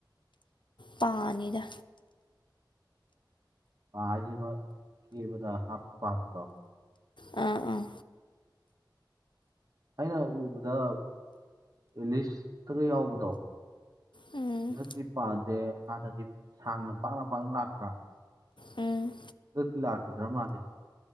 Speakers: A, on the left; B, on the right.
A: ꯄꯥꯅꯤꯗ꯫
B: ꯄꯥ ꯍꯥꯏꯁꯦ ꯅꯣꯏ ꯑꯀꯦꯕꯗ ꯍꯥꯞꯄ ꯄꯥꯗꯨꯔꯣ꯫
A: ꯑꯥ ꯑꯥ꯫
B: ꯑꯩꯅ ꯎꯕꯗ ꯑꯦꯂꯤꯁꯇꯒ ꯌꯥꯎꯕꯗꯣ꯫
A: ꯎꯝ
B: ꯍꯟꯗꯛꯇꯤ ꯄꯥꯁꯦ ꯍꯥꯟꯅꯗꯤ ꯁꯥꯡꯅ ꯄꯥꯛꯅ ꯄꯥꯛꯅ ꯂꯥꯛꯇ꯭ꯔꯥ꯫
A: ꯎꯝ꯫
B: <inaudible> ꯂꯥꯛꯈꯤꯗꯔ ꯃꯥꯥꯜꯂꯦꯅꯦ꯫